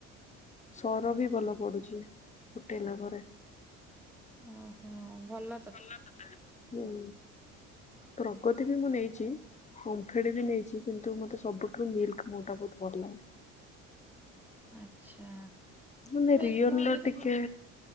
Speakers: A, on the left; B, in the centre.
A: ସର ବି ଭଲ ପଡୁଛି ଫୁଟେଇଲା ପରେ।
B: ଓହୋ ଭଲ।
A: ଭଲ ତ ତାହେଲେ ହୁଁ ପ୍ରଗତି ବି ମୁଁ ନେଇଚି। ଓମ୍ଫେଡ୍ ବି ନେଇଚି କିନ୍ତୁ ମତେ ସବୁଠୁ ମିଲ୍ ମୋ ଟା ବହୁତ୍ ଭଲ ଲାଗେ।
B: ଆଚ୍ଛା।
A: ମାନେ ରିୟଲ୍
B: ମିଲ୍ ମୁଁ
A: ର
B: ଯଦି
A: ଟିକେ
B: ଭୁ